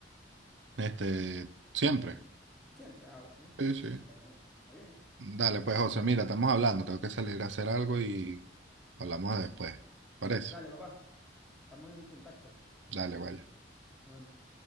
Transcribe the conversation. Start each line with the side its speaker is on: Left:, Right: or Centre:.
Right: este, siempre.
Centre: Siempre. Ah, bueno.
Right: Sí, sí.
Centre: Vale, pues. Está bien.
Right: Dale, pues, José, mira, estamos hablando, tengo que salir a hacer algo y hablamos después. Por eso.
Centre: Dale, papá. Estamos en el contacto.
Right: Dale, vaya.
Centre: Nos vemos.